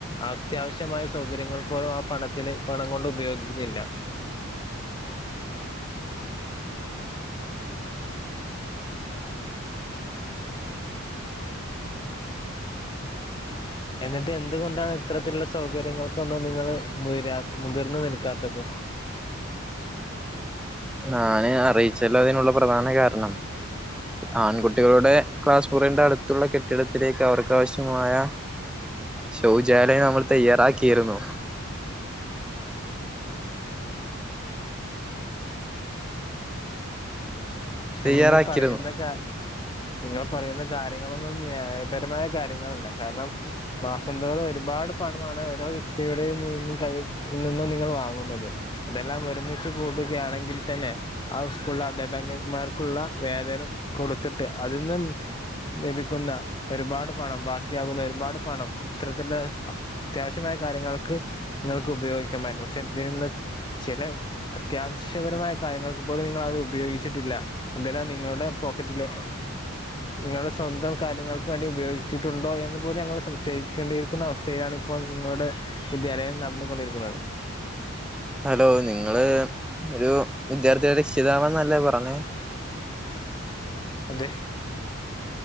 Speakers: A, on the left; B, in the centre.
A: അത്യാവശ്യമായ സൗകര്യങ്ങൾ പോലും ആ പണത്തിന് പണം കൊണ്ട് ഉപയോഗിക്കുന്നില്ല എന്നിട്ട് എന്തുകൊണ്ടാണ് ഇത്തരത്തിലുള്ള സൗകര്യങ്ങൾക്കൊന്നും നിങ്ങള് മുയരാ മുതിർന്ന് നിൽക്കാത്തത്
B: ഞാന് അറീച്ചല്ലോ അതിനുള്ള പ്രധാന കാരണം ആൺകുട്ടികളുടെ ക്ലാസ് മുറിന്റെ അടുത്തുള്ള കെട്ടിട ത്തിലേക്ക് അവർക്കാവശ്യമായ ശൗചാലയം നമ്മൾ തയ്യാറാക്കിയിരുന്നു.
A: പക്ഷെ
B: തയ്യാറാക്കിയിരുന്നു
A: നിങ്ങൾ പറയുന്ന കാ നിങ്ങൾ പറയുന്ന കാര്യങ്ങളൊന്നും ന്യായപരമായ കാര്യങ്ങളല്ല കാരണം മാസംന്തോറും ഒരുപാട് പണമാണ് ഓരോ വ്യക്തിയുടേയും നിന്നും കൈയി നിന്നും നിങ്ങൾ വാങ്ങുന്നത് അതെല്ലാം ഒരുമിച്ച് കൂടുകയാണെങ്കിൽ തന്നെ ആ സ്കൂളിലെ അദ്ധ്യാപകന്മാർ ക്കുള്ള വേതനം കൊടുത്തിട്ട് അതിന്നും ലഭിക്കുന്ന ഒരുപാട് പണം ബാക്കിയാകുന്ന ഒരുപാട് പണം ഇത്തരത്തില്ള്ളെ സ്ഥ അത്യാവശ്യമായ കാര്യങ്ങൾക്ക് നിങ്ങൾക്ക് ഉപയോഗിക്കാമായിര്ന്നു പക്ഷെ തീന്ന് ചില അത്യാവശ്യപരമായ കാര്യങ്ങൾക്ക് പോലും നിങ്ങളത് ഉപയോഗിച്ചിട്ടില്ല അതെല്ലാം നിങ്ങളുടെ പോക്കറ്റിലെ നിങ്ങളുടെ സ്വന്തം കാര്യങ്ങൾക്ക് വേണ്ടി ഉപയോഗിച്ചി ട്ടുണ്ടോ എന്ന് പോലും ഞങ്ങൾ സംശയിക്കേണ്ടിയിരിക്കുന്ന അവസ്ഥയിലാണ് ഇപ്പോൾ നിങ്ങളുടെ വിദ്യാലയം നടന്നുകൊണ്ടിരിക്കുന്നത്
B: ഹലോ നിങ്ങള് ഒരു വിദ്യാർത്ഥിയുടെ രക്ഷിതാവെന്നല്ലേ പറഞ്ഞേ
A: അതെ